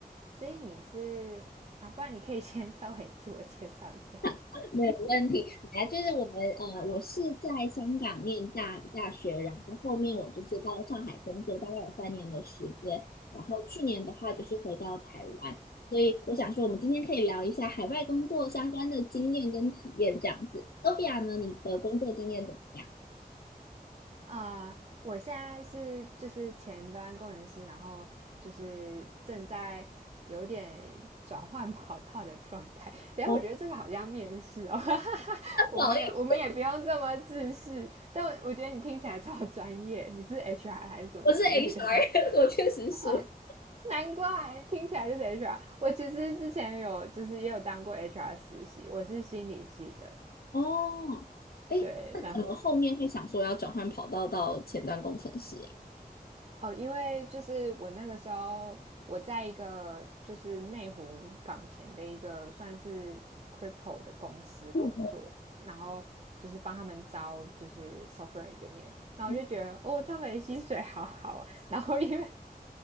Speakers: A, on the right (about 40°); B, on the left (about 75°).
A: 所以你是啊，不然你可以 <laughs> 先稍微自我介绍一下
B: <laughs> 没有问题。本来，就是我们呃，我是在香港念大大学，然后后面我就是到上海工作，大概有三年的时间。然后去年的话就是回到台湾，所以我想说，我们今天可以聊一下海外工作相关的经验跟体验这样子。Sophia 呢，你的工作经验怎么样？
A: 啊。我现在是就是前端工程师，然后就是正在有点转换跑道的状态。等一下我觉得这个好像面试哦，
B: 我不
A: <laughs> 我们也我们也不用这么自视，
B: 好意思，
A: 但我我觉得你听起来超专业，你是 HR 还是什么之类的吗？
B: 我是 HR，<laughs> 我确实是。
A: 啊，难怪听起来就是 HR。我其实之前有就是也有当过 HR 实习，我是心理系的。
B: 哦，哎，
A: 对，
B: 那怎么后面会想说要转换跑道到前端工程师呀？
A: 然后哦，因为就是我那个时候我在一个就是内湖港前的一个算是 crypto 的公司工作，
B: 嗯
A: 然后就是帮他们招就是 software engineer，然后我就觉得哦，
B: 嗯
A: 他们的薪水好好啊。然后因为